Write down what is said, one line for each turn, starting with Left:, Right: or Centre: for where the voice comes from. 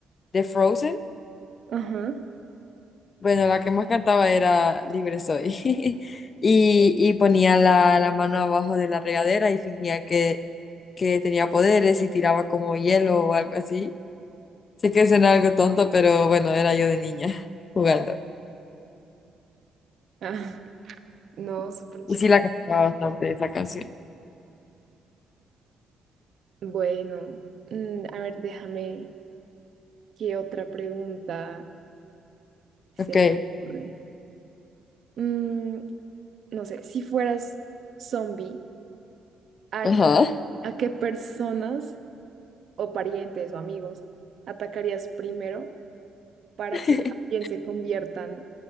Left: de Frozen,
Right: Ajá.
Left: bueno, la que más cantaba era Libre Soy. <laughs> Y, y ponía la, la mano abajo de la regadera y fingía que, que tenía poderes y tiraba como hielo o algo así. Sé que suena algo tonto, pero bueno, era yo de niña <laughs> jugando.
Right: Ah, no, súper chistoso.
Left: Y sí la cantaba bastante esa canción.
Right: Bueno, mm, a ver, déjame, ¿qué otra pregunta se
Left: Ok,
Right: me ocurre? Mm, no sé, si fueras zombie, ¿a,
Left: ajá.
Right: a qué personas o parientes o amigos atacarías primero para
Left: <laughs>
Right: que también se conviertan